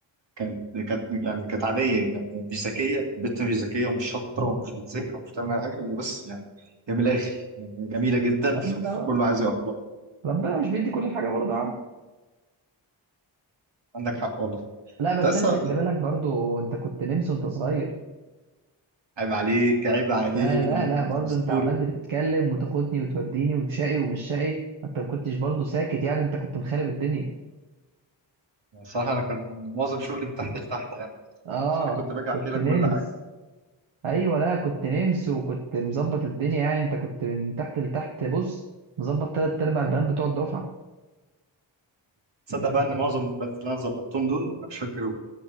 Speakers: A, on the right; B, on the right.
A: كانت كانت يعني كانت عاديه يعني مش ذكيه بنت مش ذكيه ومش شاطره ومش بتذاكر ومش بتعمل أي حاجه هي بس يعني هي من الاخر يعني جميله جدا فكله
B: أما ده بقى،
A: عايز يقرب لها
B: ربنا مش بيدي كل حاجة برضه يا عم
A: عندك حق والله
B: لا
A: تسا
B: بس انت خلي بالك برضه انت كنت نمس وانت صغير
A: عيب عليك عيب عليك
B: لا لا
A: ده انا
B: لا
A: كنت
B: برضه
A: اسطوري
B: انت عمال بتتكلم وتاخدني وتوديني وشقي ومش شقي انت ما كنتش برضه ساكت يعني انت كنت مخرب الدنيا
A: الصراحة أنا كان معظم شغلي من تحت لتحت يعني
B: اه
A: بس أنا كنت باجي
B: كنت
A: أحكي لك
B: نمس
A: كل حاجة
B: ايوه لا كنت نمس وكنت مظبط الدنيا يعني انت كنت من تحت لتحت بص مظبط تلات ارباع البنات بتوع الدفعه
A: تصدق بقى إن معظم البنات اللي أنا ظبطتهم دول أنا مش فاكرهم